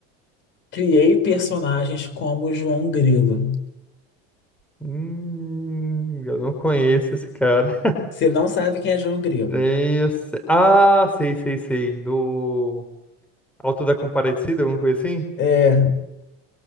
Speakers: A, on the left; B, in the centre.
A: Criei personagens como João Grilo.
B: Hum, eu não conheço esse cara.
A: Você não sabe quem é João Grilo.
B: <laughs> Tem. esse- Ah, sei, sei, sei. Do Alto da Comparecida, alguma coisa assim?
A: É.